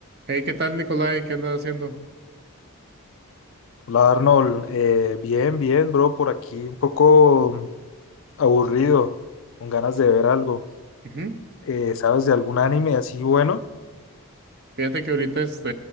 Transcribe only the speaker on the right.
Hey, ¿qué tal, Nicolai? ¿Qué andas haciendo?
Ujú.
Fíjate que ahorita este,